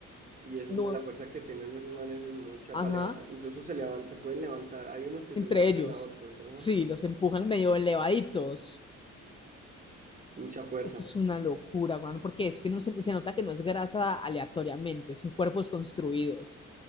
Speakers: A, on the right (about 25°); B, on the left (about 15°).
A: Y esos
B: No,
A: manes, la fuerza que tienen esos manes es mucha
B: ajá,
A: para levantar. Incluso se levan- se pueden levantar. Hay unos que
B: entre
A: se levantan
B: ellos.
A: a otros, ¿no?
B: Sí, los empujan medio elevaditos.
A: Mucha fuerza.
B: Eso es una locura, weón, porque es que no se, se nota que no es grasa aleatoriamente, es un cuerpo desconstruidos.